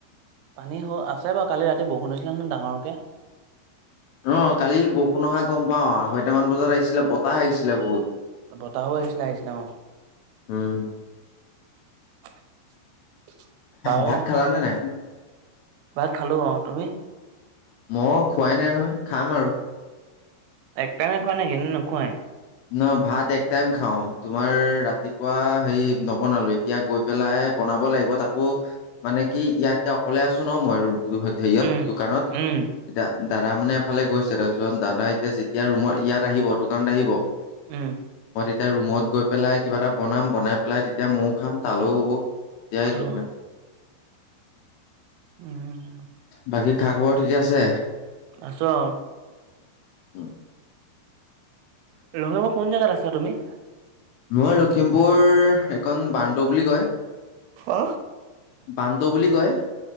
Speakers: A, on the right; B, on the left.
A: পানী হ আছে বাৰু কালি ৰাতি বৰষুণ দিছিলে নহয় ডাঙৰকে।
B: অ' কালি বৰষুণ অহা গ'ম পাওঁ আৰয়টামান বজাত আহিছিলে বতাহ আহিছিলে বহুত।
A: বতাহো আহিছিলে আহিছিলে অ'।
B: উম।
A: <inaudible> তাৰে
B: ভাত খালানে
A: তাকে,
B: নাই
A: ভাত খালোঁ অ' তুমি?
B: মই খোৱাই নাই নহয় খাম আৰু।
A: একটাইমে খোৱা নেকি নে নোখোৱাই।
B: মই ভাত এক টাইম খাওঁ তোমাৰ ৰাতি কুৱা হে নবনালো এতিয়া গৈ পেলাই বনাব লাগিব তাকো মানে কি ইয়াাততে অকলে চাই আছোন অ, মই হেৰিয়ত
A: উম
B: দোকানত
A: উম
B: এতিয়া দাদা, মানে এফালে গৈছে তাৰপিছত দাদা, এতিয়া যেতিয়া ৰুমৰ ইয়াত আহিব দোকানত আহিব।
A: উম,
B: এতিয়া ৰুমত গৈ পেলাই কিবা এটা বনাম বনাই পেলাই তেতিয়া ময়ও খাম তালও হ'ব। <unintelligible>
A: অ উম,
B: বাকী খা, খবৰ ঠিকে আছে।
A: আছো অ,
B: উম,
A: লংঙে মোৰ কোন জগাত আছা তুমি।
B: মই লখিমপুৰ এখন বান্ত বুলি কয়।
A: অ
B: বান্ত বুলি কয়